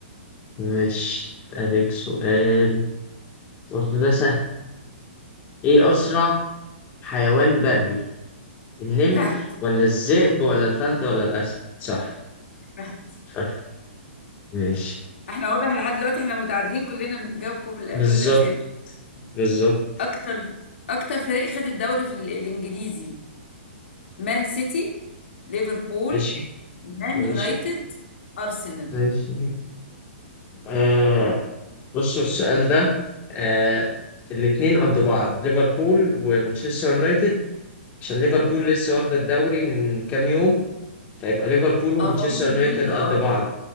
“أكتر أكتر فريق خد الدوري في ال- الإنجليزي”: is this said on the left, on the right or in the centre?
Left